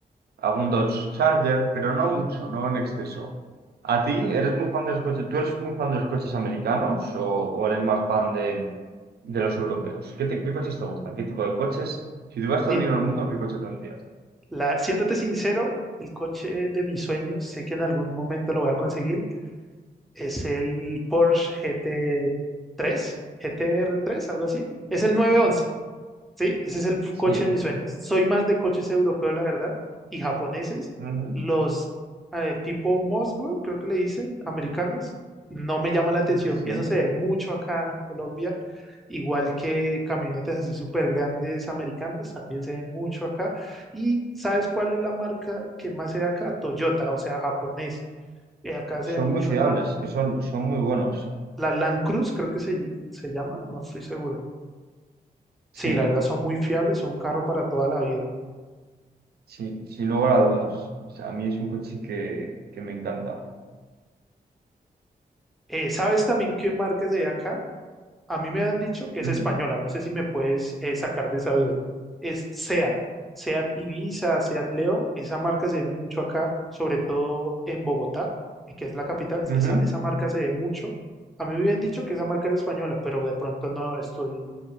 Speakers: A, on the right; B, in the centre.
A: algún Dodge Charger, pero no mucho, no en exceso. ¿A ti eres muy fan de los coches? ¿Tú eres muy fan de los coches americanos o, o eres más fan de, de los europeos? ¿Qué, te- qué coches
B: Mm,
A: te gustan? ¿Qué tipo de coches? Si tuvieras todo
B: si-
A: el dinero del mundo, ¿qué coche tendrías?
B: la- siéntate sincero, el coche de mis sueños, sé que en algún momento lo voy a conseguir, es el Porsche GT3, GTR3, algo así. Es el 911. Sí, ese es el
A: Sí,
B: coche de mis sueños. Soy más de coches europeos, la verdad, y japoneses.
A: ujú,
B: Los eh, tipo Mosgo, creo que le dicen, americanos, no me llaman la atención.
A: sí.
B: Eso se ve mucho acá en Colombia, igual que camionetas así súper grandes americanas, también se ve mucho acá. ¿Y sabes cuál es la marca que más se ve acá? Toyota, o sea, japonés. Eh, acá se
A: Son
B: ve mucho
A: muy fiables,
B: una,
A: que son, son muy buenos.
B: la Land Cruise, creo que se, se llama, no estoy seguro. Sí,
A: Sí,
B: la verdad son muy fiables, son un carro para toda la vida.
A: sí, sin lugar a dudas. O sea, a mí es un coche que, que me encanta.
B: Eh, ¿sabes también qué marca es de acá? A mí me han dicho que es
A: Ujú,
B: española, no sé si me puedes eh, sacar de esa duda. Es SEAT, SEAT Ibiza, SEAT Leo, esa marca se ve mucho acá, sobre todo en Bogotá, eh, que es la capital,
A: ujú.
B: esa, esa marca se ve mucho. A mí me habían dicho que esa marca era española, pero de pronto no estoy